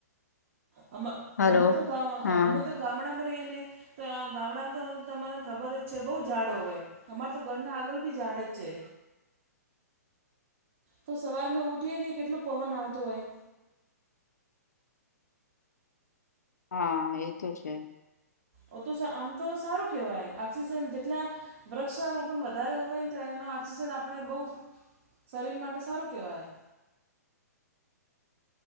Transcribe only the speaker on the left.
હલો
હા
<inaudible>
હા એ તો છે.